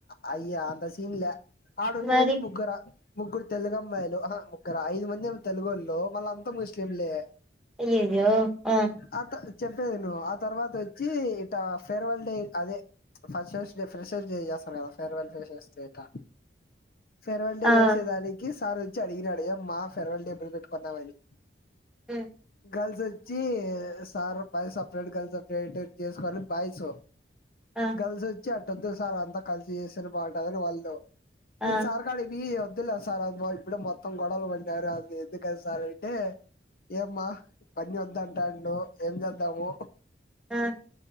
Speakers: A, on the left; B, in the centre.
A: అయ్యా అంత సీన్లే ఆడ ఉన్నేదే
B: మరి
A: ముగ్గురు. ముగ్గురు తెలుగు అమ్మాయిలు అహా ముగ్గురు ఐదు మంది తెలుగోలే మళ్ళ అంతా ముస్లింలే.
B: అయ్యాయో ఆహ్.
A: ఆ త చెప్పేది ఇను ఆ తర్వాత ఓచ్చి ఇట ఫేర్వెల్ డే అదే. ఫ్రషర్స్ డే ఫ్రెషర్ డే చేస్తారు కదా ఫేర్వెల్ ఫ్రెషర్స్ డేటా. ఫెర్వల్ డే
B: ఆ
A: చేసేదానికి సార్ ఓచ్చి అడిగినడు ఏమ్మా ఫెర్వల్డే ఎపుడు పెట్టుకుందమని.
B: ఉమ్.
A: గర్ల్స్ ఓచ్చి sir boys separate girls separate చేసుకోవాలి అని బాయ్స్.
B: ఆ
A: గర్ల్స్ ఓచ్చి అటోద్దు సార్ అంతా కలిసి చేస్తేనే బాగుంటది ఆని వాళ్ళు.
B: ఆ
A: నేను సార్కాడి పోయి వద్. వద్దులే సార్ అది వాల్ ఇప్పుడే మొత్తం గొడవలు పడినారు అది ఎందుకని సార్ అంటే. ఏమ్మా మాని ఒద్దు ఆన్అంటాండు ఏం జేతాము.
B: ఆహ్.